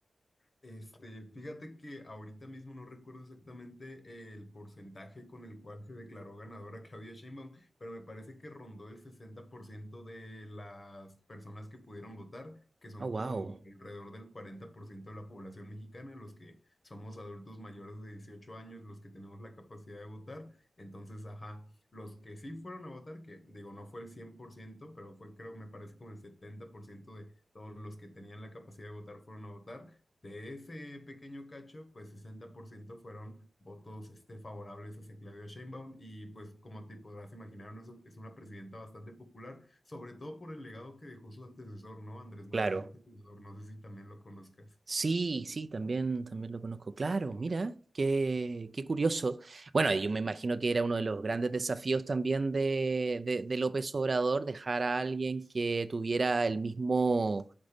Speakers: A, on the left (about 40°); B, on the right (about 45°).
A: Este, fíjate que ahorita mismo no recuerdo exactamente el porcentaje con el cual se declaró ganadora Claudia Sheinbaum, pero me parece que rondó el 60% de las personas que pudieron votar, que son
B: Ah, wow.
A: como alrededor del 40% de la población mexicana, los que somos adultos mayores de 18 años, los que tenemos la capacidad de votar. Entonces, ajá, los que sí fueron a votar, que digo, no fue el 100% pero fue creo, me parece como el 70% de todos los que tenían la capacidad de votar fueron a votar. De ese pequeño cacho, pues 60% fueron votos este, favorables hacia Claudia Sheinbaum y pues como te podrás imaginar, no es es una presidenta bastante popular, sobre todo por el legado que dejó su antecesor, ¿no? Andrés Manuel
B: Claro.
A: López Obrador, no sé si también lo conozcas.
B: Sí, sí, también, también lo conozco. Claro, mira, qué, qué curioso. Bueno, yo me imagino que era uno de los grandes desafíos también de, de- de López Obrador, dejar a alguien que tuviera el mismo,